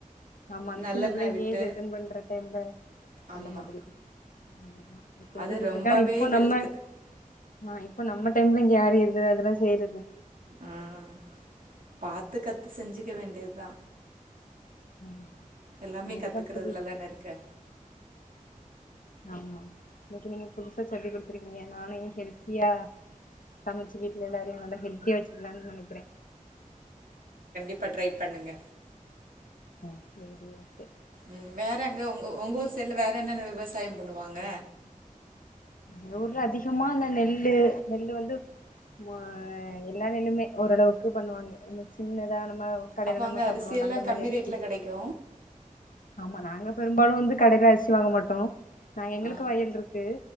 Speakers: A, on the left; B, on the right.
A: ஆமா
B: நல்லெண்ண
A: சின்ன பிள்ளைங்க
B: விட்டு
A: ஏஜ் அட்டன் பண்ற டைம்ல
B: ஆமா
A: அந்த மாதிரி ஆமாமா கேள்விப்பட்டிருக்கே
B: அது ரொம்பவே
A: ஆனா இப்ப
B: ஹெல்த்து
A: நம்ம ஆ இப்ப நம்ம டைம்ல இங்க யாரு எது அதெல்லா செய்றது
B: ம் பாத்து கத்து செஞ்சுக்க வேண் இதா
A: ஆமா
B: எல்லாமே
A: இன்னைக்குதா
B: கத்துக்குறதுலதான
A: புது
B: இருக்கு
A: ஆமா இன்னைக்கு நீங்க புதுசா சொல்லி குடுத்துருக்கீங்க நானு இ ஹெல்த்தியா சமச்சு வீட்ல எல்லாரையு நல்லா ஹெல்த்தியா வச்சிருக்கே இல்லனு நெனக்குறே
B: இப்ப ட்ரை பண்ணுங்க
A: ஆ சரி ஓகே
B: உம் வேற அங்க உங்க உங்க ஊர் சைடுல வேற என்னன்ன இருக் விவசாயம் பண்ணுவாங்க
A: அ ஊர்ல அதிகமா அந்த நெல்லு நெல்லு வந்து ஆ எல்லா நெல்லுமே ஓரளவுக்கு பண்ணுவாங்க சின்னதா ஹலோ கடயில
B: அப்ப
A: நம்ம
B: அங்க
A: சாப்பிடுவோல
B: அரிசி எல்லா
A: அந்த மாரி
B: கம்மி
A: அரிசி
B: ரேட்ல கெடைக்கு
A: ஆமா நாங்க பெரும்பாலு வந்து கடையில அரிசு வாங்க மாட்டோ நா எங்களுக்கு
B: ஆ
A: வயல் இருக்கு